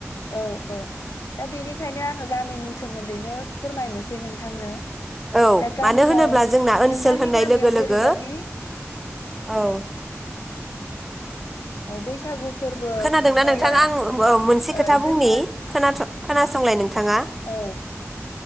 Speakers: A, on the left (about 85°); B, in the centre.
A: औ औ दा बेनिखायनो आङो गामिनि सोमोन्दैनो फोरमायनोसै नोंथांनो
B: औ
A: दा गामियाव
B: मानो होनोब्ला जोंना ओनसोल
A: नोंथांनि
B: होननाय
A: गामियाव
B: लोगो
A: जेरैबादि
B: लोगो औ <inaudible>
A: बैसागु फोरबो
B: खोनादोंना
A: खुंनाया
B: नोंथांङा आं ओ मोनसे
A: ओ
B: खोथा
A: जोङो
B: बुंनि खोनाथ' खोनासंलाय नों थांङा
A: औ